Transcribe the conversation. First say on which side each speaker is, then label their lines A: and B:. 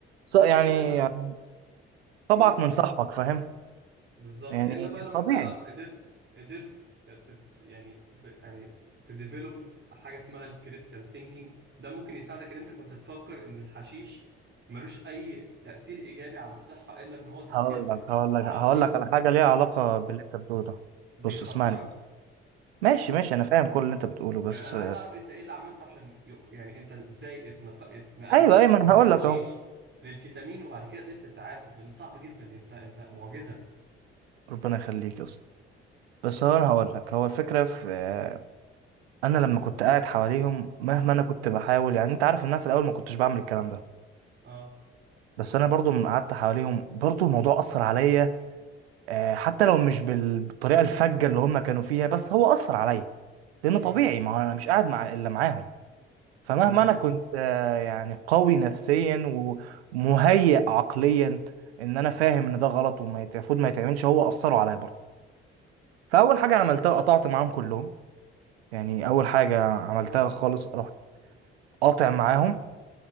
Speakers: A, on the right; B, on the right.
A: ص- يعني
B: الا بقى
A: يعني طبعك
B: امم
A: من صاحبك
B: امم.
A: فاهم
B: بالظبط
A: يعني
B: الا بقى لو
A: طبيعي
B: انت قدرت قدرت تد يعني ب يعني تديفلوب حاجه اسمها الكريتيكال ثينكينج ده ممكن يساعدك ان انت كنت تفكر ان الحشيش ملوش اي تاثير ايجابي على الصحه الا ان هو تاثير
A: هقول لك هقول لك
B: عقلي
A: هقول لك على حاجه ليها علاقه باللي انت بتقوله ده
B: وبيخدرك
A: بص اسمعني بس. ماشي
B: اتفضل
A: ماشي انا فاهم كل اللي انت بتقوله بس
B: يعني انا عايز اعرف انت ايه اللي عملته عشان ي- يعني انت ازاي اتنق- اتنقلت
A: ايوه ايوه ما انا
B: من
A: هقول
B: الحشيش
A: لك اهو
B: للكتامين وبعد كده قدرت تتعافى لان صعب جدا انت انت معجزه
A: ربنا يخليك يا اسطى بس هو انا هقول لك هو الفكره في آه، انا لما كنت قاعد حواليهم مهما انا كنت بحاول يعني انت عارف ان انا في الاول ما كنتش بعمل الكلام ده
B: اه
A: بس انا برضو لما قعدت حواليهم برضو الموضوع اثر عليا آه، حتى لو مش بال- بالطريقه الفجه اللي هم كانوا فيها بس هو اثر عليا لان
B: امم
A: طبيعي ما هو انا مش قاعد مع الا معاهم فمهما
B: تمام
A: انا كنت آه، يعني قوي نفسيا ومهيئ عقليا ان انا فاهم ان ده غلط وما يت- المفروض ما يتعملش هو اثروا عليا برضه فاول حاجه عملتها قطعت معاهم كلهم يعني اول حاجه عملتها خالص رحت قاطع معاهم